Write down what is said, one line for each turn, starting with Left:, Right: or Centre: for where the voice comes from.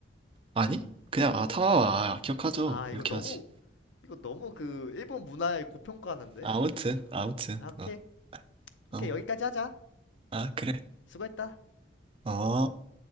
Right: 아니? 그냥 아 타마와 아, 기억하죠
Left: 아 이거
Right: 이렇게
Left: 너무
Right: 하지
Left: 이거 너무 그 일본 문화에 고평가하는데.
Right: 아무튼
Left: 아
Right: 아무튼
Left: 아, 오케이
Right: 어,
Left: 오케이
Right: 어.
Left: 여기까지 하자.
Right: 아 그래
Left: 수고했다.
Right: 어